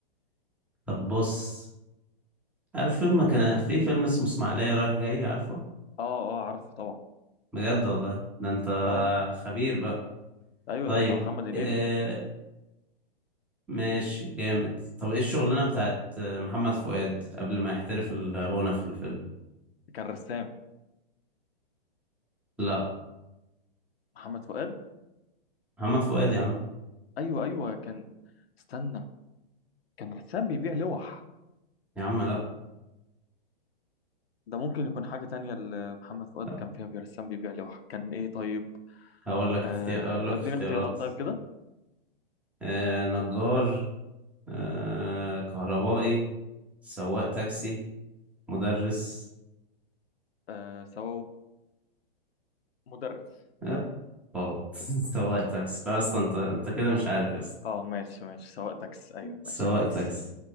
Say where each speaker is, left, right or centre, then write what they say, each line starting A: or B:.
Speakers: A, in the centre; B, on the left.
A: طب بص عارف فيلم كان في فيلم اسمه اسماعيلية رايح جاي عارفه
B: اه اه عارف طبعا
A: بجد والله ده انت
B: اه
A: خبير بقى
B: ايوه
A: طيب
B: ده بتاع محمد هنيدي
A: آه، ماشي جامد طب ايه الشغلانة بتاعت محمد فؤاد قبل ما يحترف الغنى في الفيلم
B: كان رسام
A: لا
B: محمد فؤاد
A: محمد فؤاد يا عم
B: ايوه ايوه كان استنى كان رسام بيبيع لوح
A: يا عم لا
B: ده ممكن يكون حاجة تانية اللي محمد فؤاد
A: لا.
B: كان فيها بيرسام بيبيع لوح كان ايه طيب
A: هقول لك
B: آه،
A: اختي... اقول
B: اديني
A: لك اختيارات
B: اختيارات طيب كده
A: آه نجار آه كهربائي سواق تاكسي مدرس
B: آه سو مدرس
A: آه غلط <laughs> سواق تاكسي
B: مدرس
A: لا اصلا انت انت كده مش عارف يا اسطى
B: اه ماشي ماشي سواق تاكس ايوه
A: سواق
B: ماشي خلاص
A: تاكسي